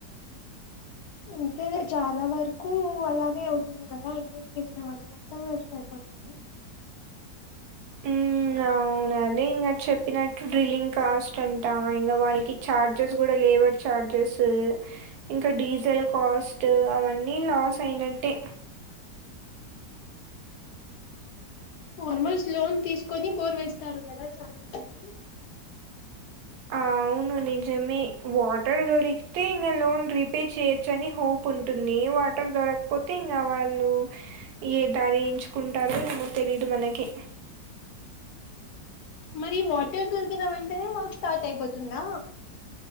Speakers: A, on the left; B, on the right.
A: అంతేలే చాలా వర్కు అలానే అవుతుంది కదా ఇన్వెస్ట్ చేసిన మనీ మొత్తం వేస్ట్ అయిపోతుంది
B: హ్మ్ అవునండి ఇంగా చెప్పినట్టు డ్రిల్లింగ్ కాస్ట్ అంటా ఇంగా వాళ్ళకి ఛార్జెస్ కూడా లేబర్ ఛార్జెస్స్ ఇంకా డీజల్ కాస్ట్ అవన్నీ లాస్ అయినట్టే
A: ఫార్మర్స్ లోన్ తీసుకొని బోర్ వేస్తారు కదా చాలా మంది
B: ఆ అవును నిజమే వాటర్ దొరికితే ఇంగ లోన్ రీపే చెయొచ్చు అని హో ప్ ఉంటుంది వాటర్ దొరకపోతే ఇంగా వాళ్ళు ఏ దారి ఎంచుకుంటారో ఏమో తెలీదు మనకి
A: మరి వాటర్ దొరికిన వెంటనే వర్క్ స్టార్ట్ అయిపోతుందా